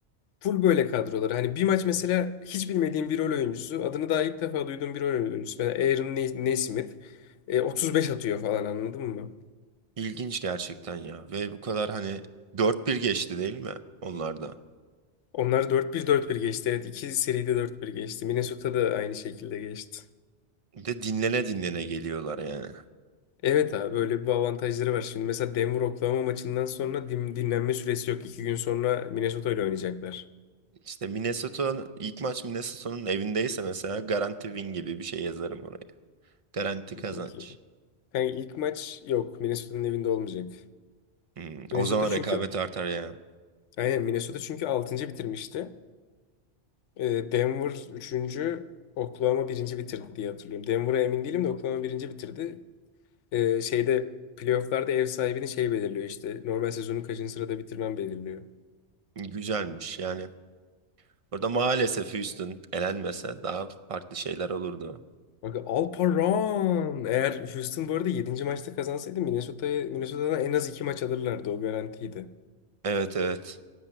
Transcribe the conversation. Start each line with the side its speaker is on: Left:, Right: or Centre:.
Left: Full böyle kadrolar. Hani bir maç mesela hiç bilmediğim bir rol oyuncusu. Adını daha ilk defa duyduğum bir rol oyuncusu. Mesela Aaron Ne- Nesmith. e, 35 atıyor falan anladın mı?
Right: İlginç gerçekten ya. Ve bu kadar hani dört bir geçti değil mi onlarda?
Left: Onlar dört bir dört bir geçti. Evet iki seride dört bir geçti. Minnesota da aynı şekilde geçti.
Right: Bir de dinlene dinlene geliyorlar yani.
Left: Evet abi böyle bir avantajları var. Şimdi mesela Denver Oklahoma maçından sonra din- dinlenme süresi yok. İki gün sonra Minnesota ile oynayacaklar.
Right: İşte Minnesota ilk maç Minnesota'nın evindeyse mesela garanti win gibi bir şey yazarım oraya. Garanti
Left: Bir
Right: kazanç.
Left: bakayım. Yani ilk maç yok. Minnesota'nın evinde olmayacak.
Right: Hmm,
Left: Minnesota
Right: o zaman
Left: çünkü
Right: rekabet artar ya.
Left: aynen Minnesota çünkü altıncı bitirmişti. Ee, Denver üçüncü, Oklahoma birinci bitirdi diye hatırlıyorum. Denver'a emin değilim de Oklahoma birinci bitirdi. Ee, şeyde playofflarda ev sahibini şey belirliyor işte. Normal sezonu kaçıncı sırada bitirmen belirliyor.
Right: Güzelmiş yani. Orada maalesef Houston elenmese daha farklı şeyler olurdu.
Left: Bak Alparan. Eğer Houston bu arada yedinci maçta kazansaydı Minnesota'ya Minnesota'dan en az 2 maç alırlardı o garantiydi.
Right: Evet evet.